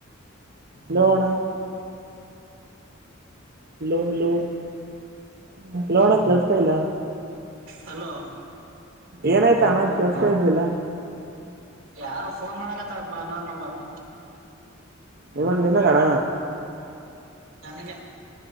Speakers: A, on the right; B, on the right.
A: ಲೋಣ ಹಲೋ ಹಲೋಲೋಣ ಕೆಲ್ಸತಾ ಇಲ್ಲ
B: ಹಲೋ
A: ಏನಾಯ್ತ ಅಣ್ಣ ಕೆಸ್ತಾ ಇದರ್ಲ್ಲ
B: ಯಾರು ಫೋನ್ ಮಾಡಕತ್ತ ಅಬ್ಬ ನೋ ನಂಬರ್
A: ನಿವನ್ ನಿನ್ನ ಕಣ
B: ಚಮಗೆ